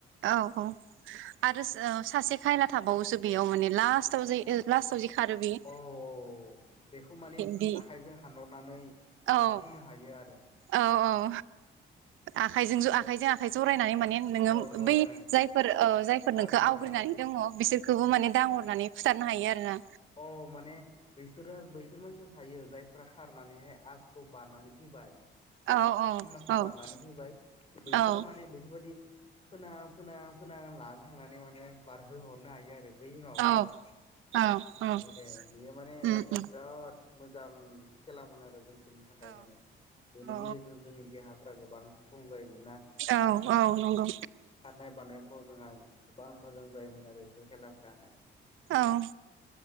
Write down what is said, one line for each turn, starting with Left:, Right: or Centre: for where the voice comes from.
Right: औ औ आरो ओ सासे खायना थाबावोसो बेयाव माने लास्टाव जाय ओ लास्टआव जि खारो बि
Left: औ औ बेखौ माने
Right: बि
Left: आखाइजों हानहरनानै लाना
Right: औ
Left: फैनो हायो आरो
Right: औ -औ आखाइजों ज' आखाइजों आखाइ जरायनानै माने नोङो
Left: औ जरायनानै
Right: बै जायफोर ओ जायफोर
Left: खारनो
Right: नोंखौ
Left: हाबाय
Right: आवग्रिनानै दङ बिसोरखौबो माने दांरनानै फुथारनो हायो आरो ना
Left: अ माने बैसोरो-बैसोर मानसि थायो जायफ्रा खारनानैहाय आसखौ बारनानै फैबाय
Right: औ औ
Left: सिमाखौ
Right: औ
Left: बारनानै फैबाय बैसोरो
Right: औ
Left: माने बेफोरबायदि फोनां फोनां फोनां लानो थांनानै माने बारहो हरनो हायो आरो बै माबाखौहाय
Right: औ औ
Left: नंगौ
Right: औ
Left: दे बियो माने
Right: उम उम
Left: बिराद मोजां खेेलामोन आरो जों फोरनि थाखाय
Right: औ
Left: माने बेनि
Right: औ
Left: गेजेरजों जोंनि देहाफ्रा गोबां स्ट्रं जायोमोन ना
Right: औ औ नंगौ
Left: खारनाय बारनायफ्राव जोंहा गोबां मोजां जायोमोन आरो बेफोर खेलाफोराहाय
Right: औ